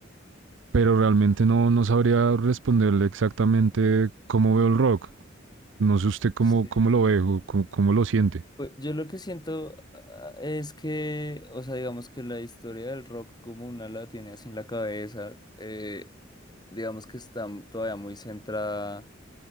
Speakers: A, on the right (about 70°); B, on the left (about 20°).
A: pero realmente no, no sabría responderle exactamente cómo veo el rock. No sé usted cómo,
B: Sí.
A: cómo lo ve o cómo, cómo lo siente.
B: Pues yo lo que siento ah, es que, o sea, digamos que la historia del rock como una la tiene así en la cabeza, eh, digamos que está m- todavía muy centrada